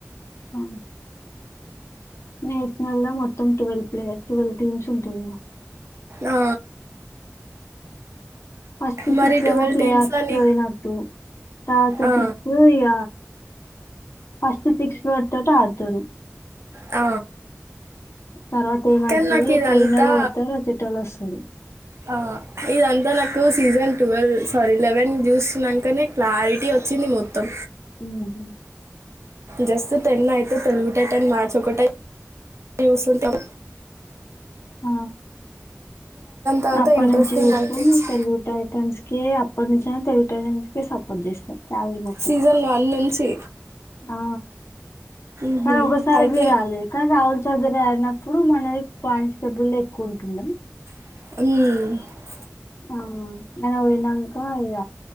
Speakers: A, on the left; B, on the right.
A: ఆ నైట్ నల్ల టువల్ ప్లే టువల్ నుంచి ఉంటది గదా
B: ఆ
A: ఫస్ట్
B: మరి
A: సిక్స్
B: ట్వెల్వ్
A: ఏమో ప్లే
B: టీమ్స్లో
A: ఆఫ్స్కి
B: నీకు
A: పోయినట్టు తర్వాత
B: ఆ,
A: సిక్స్ ఇగ ఫస్ట్ సిక్స్ పడితట్టు ఆడతరు
B: ఆ
A: తర్వాత ఏమైతది
B: కానీ నాకు ఇదంతా
A: పొయినోలు పోతారు అచేటోళ్ళు వస్తరు
B: ఆ ఇదంతా నాకు సీజన్ ట్వెల్వ్ సారీ లెవెన్ చూసినకనే క్లారిటీ వచ్చింది మొత్తం
A: హుమ్
B: జస్ట్ టెన్ అయితే తెలుగు టైటాన్స్ మ్యాచ్ ఒకటె చూసుంటాం
A: ఆ
B: తర్వాత
A: అప్పటి
B: ఇంట్రెస్టింగ్
A: నుంచి చూస్తాం
B: అనిపించి
A: తెలుగు టైటన్స్ కి అప్పటి నుంచి తెలుగు టైటన్స్ సపోర్ట్ చేస్తాం ఫ్యామిలీ మొత్తం
B: సీజన్ వన్ నుంచి
A: ఆ
B: మ్హూ.
A: కానీ ఒకసారి
B: అయితే
A: మీరు రాలేక రాహుల్ చౌదరా చిన్నప్పుడు మనవి పాయింట్స్ స్టేబుల్ ఎక్కువ ఉంటుండా
B: హుమ్
A: ఆ మనం ఏమన్ ఇగ